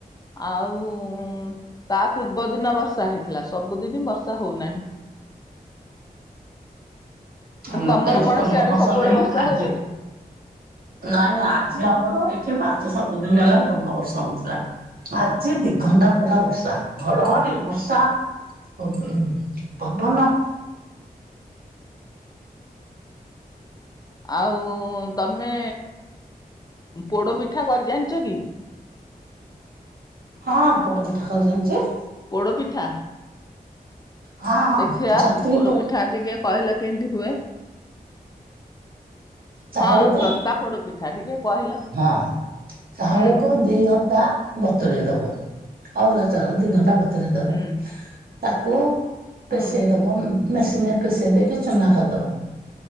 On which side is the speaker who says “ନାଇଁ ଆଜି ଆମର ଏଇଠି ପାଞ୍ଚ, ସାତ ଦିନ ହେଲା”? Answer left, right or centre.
Right